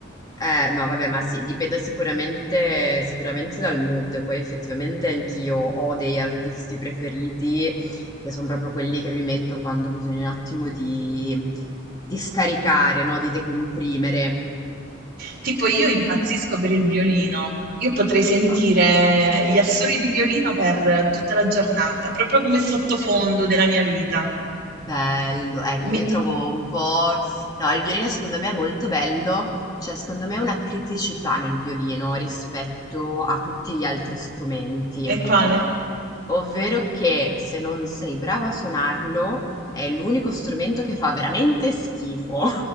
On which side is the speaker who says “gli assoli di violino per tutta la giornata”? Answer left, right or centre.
Right